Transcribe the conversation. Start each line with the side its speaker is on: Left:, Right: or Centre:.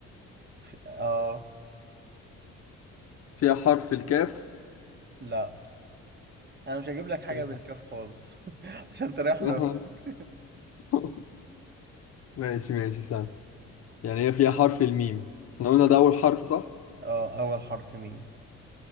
Right: في... اه
Left: فيها حرف الكاف
Right: لأ أنا مش هجيب لك حاجة
Left: يا
Right: بالكاف خالص <laughs> عشان تريح نفسك
Left: نهار. <laughs> ماشي ماشي استنى يعني هي فيها حرف الميم احنا قلنا ده أول حرف صح؟
Right: <laughs> اه أول حرف ميم